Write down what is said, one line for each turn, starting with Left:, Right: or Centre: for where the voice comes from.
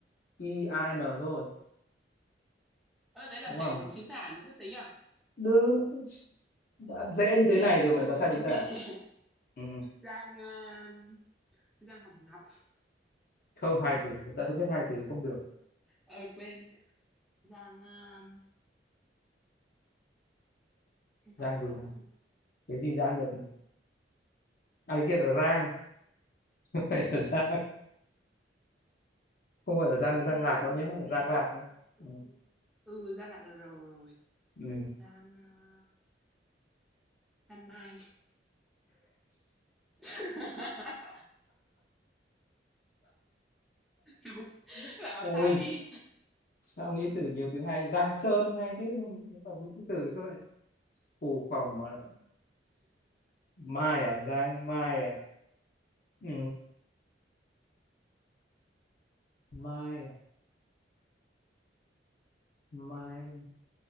Left: E A N thôi
Centre: Ơ, đấy là
Left: đúng không
Centre: phải đúng chính tả nữa mới tính à?
Left: Được. đã dễ như thế
Centre: Yeah.
Left: này rồi mày có sai
Centre: Ok.
Left: chính tả
Centre: <laughs>
Left: ừ.
Centre: Giang um, Giang Hồng Ngọc.
Left: không hai từ đã biết hai từ thì không được
Centre: Ờ quên. Giang um, cái Giang
Left: rang
Centre: này
Left: gì
Centre: khó
Left: này
Centre: quá nhỉ.
Left: cái gì rang được này. à cái kia là rang <laughs> không phải là rang không phải là rang
Centre: Giang
Left: rang lạc đâu nhé
Centre: Giang
Left: rang lạc nhé.
Centre: Giang.
Left: ừ.
Centre: Ừ, Giang lại là R rồi.
Left: Ừ.
Centre: Giang uh, Giang Mai. <laughs> Đúng.
Left: <laughs>
Centre: Là bảo sai
Left: ôi
Centre: đi.
Left: sao nghĩ từ nhiều từ hay giang sơn hay thế nhưng mà còn những cái từ sao lại phù khoằm mà lại mai à giang mai à ừ. mai à? Mai